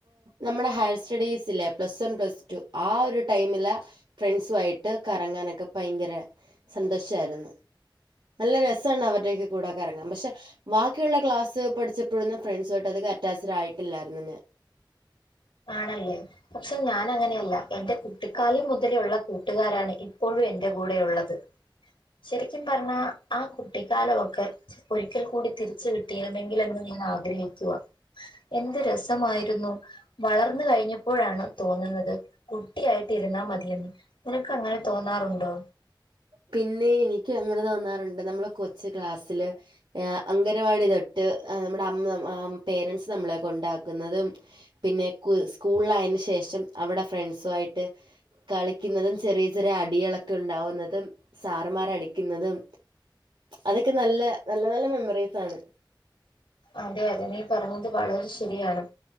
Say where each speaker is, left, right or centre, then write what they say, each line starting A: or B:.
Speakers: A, on the right (about 75°); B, on the left (about 85°).
A: നമ്മുടെ ഹയർ സ്റ്റഡീസ് ഇല്ലേ പ്ലസ് വൺ പ്ലസ് ടു ആ ഒരു ടൈമില് ഫ്രണ്ട്സു ആയിട്ട് കറങ്ങാനൊക്കെ ഭയങ്കര സന്തോഷായിരുന്നു. നല്ല രസാണ് അവരുടെയൊക്കെ കൂടെ കറങ്ങാൻ പക്ഷെ വാ ക്കെയുള്ള ക്ലാസ്സ്‌ പഠിച്ചപ്പോഴൊന്നും ഫ്രണ്ട്സുയിട്ട് അതികം അറ്റാച്ച്ഡ് ആയിട്ടില്ലായിരുന്നു ഞാൻ.
B: ആണല്ലേ പക്ഷെ ഞാൻ അങ്ങനെയല്ല എന്റെ കുട്ടിക്കാലം മുതലേഉള്ള കൂട്ടുകാരാണ് ഇപ്പോഴും എന്റെ കൂടെ ഉള്ളത്. ശരിക്കും പറഞ്ഞാ ആ കുട്ടി കാലവൊക്കെ ഒരിക്കൽ കൂടി തിരിച്ച് കിട്ടിയിരുന്നെങ്കിൽ എന്ന് ഞാൻ ആഗ്രഹിക്കുവാ. എന്ത് രസമായിരുന്നു. വളർന്നു കഴിഞ്ഞപ്പോഴാണ് തോന്നുന്നത് കുട്ടിയായിട്ട് ഇരുന്നാൽ മതിയെന്ന്. നിനക്ക് അങ്ങനെ തോന്നാറുണ്ടോ.
A: പിന്നെ എനിക്ക് അങ്ങനെ തോന്നാറുണ്ട് നമ്മള് കൊച്ച് ക്ലാസ്സില് ഏഹ് അംഗനവാടി തൊട്ട് ഏഹ് നമ്മുടെ അമ്മ പേരൻസ് നമ്മളെ കൊണ്ടാക്കുന്നതും പിന്നെ കു സ്കൂളിലായന് ശേഷം അവിടെ ഫ്രണ്ട്സു ആയിട്ട് കളിക്കുന്നതും ചെറിയ ചെറിയ അടിയളൊക്കെ ഉണ്ടാവുന്നതും തും സാറമാര് അടിക്കുന്നതും അതൊക്കെ നല്ല നല്ല നല്ല മെമ്മറീസാണ്.
B: അതെ അതെ നീ പറഞ്ഞത് വളരെ ശരിയാണ്.